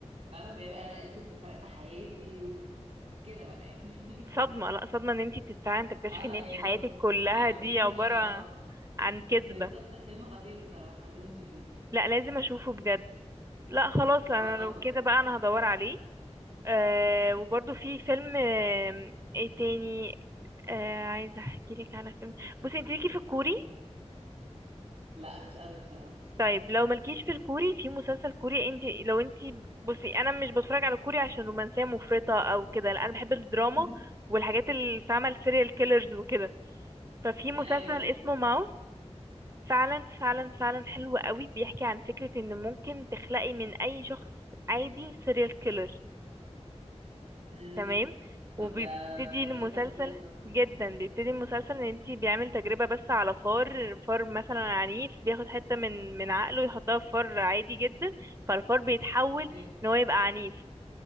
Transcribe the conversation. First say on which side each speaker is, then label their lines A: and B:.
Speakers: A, on the right (about 70°); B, on the right (about 25°).
A: فاهمه فهي بقى قالت له انت سرقت حياتي وكده بقى يعني
B: صدمة
A: <laughs>
B: لا صدمة ان انتي بتتفاعلي انت تكتشفي
A: اه لا
B: ان انتي
A: هي
B: حياتك
A: صدمه
B: كلها
A: عامه
B: دي عبارة
A: اه
B: عن كذبة
A: بالظبط لا فيلم خطير الصراحه لازم تشوفيه
B: لا لازم اشوفه بجد لا خلاص انا
A: هو تحفه
B: لو كده
A: بصراحه
B: بقى انا هدور عليه آه وبرضو في فيلم آه ايه تاني آه عايزه احكي لك على فيلم بصي انت ليكي في الكوري
A: لا مش قوي بصراحه
B: طيب لو مالكيش في الكوري في مسلسل كوري انت لو انت بصي انا مش بتفرج على كوري عشان رومانسيه مفرطه او كده لا انا بحب الدراما
A: <laughs>
B: والحاجات اللي فاهمه السيريال كيلرز وكده ففي مسلسل
A: ايوه ايوه
B: اسمه ماوس فعلا فعلا فعلا حلو قوي بيحكي عن فكره ان ممكن تخلقي من اي شخص عادي سيريال كيلر
A: امم
B: تمام
A: طب
B: وبيبتدي
A: ده
B: المسلسل
A: شكله خطير برضه
B: جدا بيبتدي المسلسل ان انتي بيعمل تجربة بس على فار فار مثلا عنيف بياخد حتة من من عقله يحطها في فار عادي جدا فالفار بيتحول
A: ايوه
B: ان هو يبقى عنيف